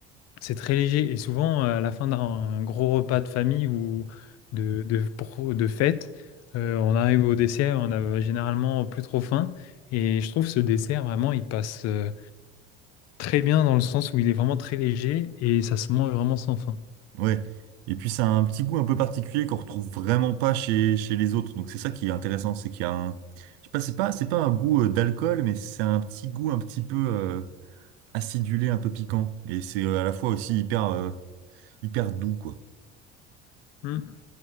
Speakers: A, on the left (about 55°); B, on the right (about 75°).
A: C'est très léger et souvent euh, à la fin d'un gros repas de famille ou de, de, pro- de fête, euh, on arrive au dessert, on a généralement plus trop faim et je trouve ce dessert vraiment il passe euh, très bien dans le sens où il est vraiment très léger et ça se mange vraiment sans faim.
B: Ouais. Et puis ça a un petit goût un peu particulier qu'on retrouve vraiment pas chez, chez les autres. Donc c'est ça qui est intéressant, c'est qu'il y a un je sais pas, c'est pas c'est pas un goût euh, d'alcool, mais c'est un petit goût un petit peu euh, acidulé, un peu piquant et c'est euh, à la fois aussi hyper euh, hyper doux quoi.
A: Hmm.